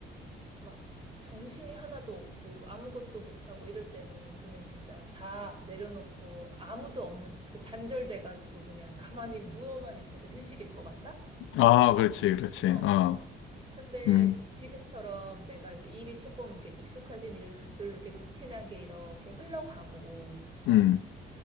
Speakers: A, on the right; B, on the left.
A: 막 정신이 하나도 없고 아무것도 못하고 이럴 때는 그냥 진짜 다 내려놓고 아무도 없는 그 단절돼가지고 그냥 가만히 누워만 있어도 휴식일 것 같다?
B: 아, 그렇지, 그렇지.
A: 어,
B: 어,
A: 어. 근데
B: 음,
A: 지- 지금처럼 내가 이제 일이 조금 이렇게 익숙해진 일들 이렇게 루틴하게 이렇게 흘러가고
B: 음,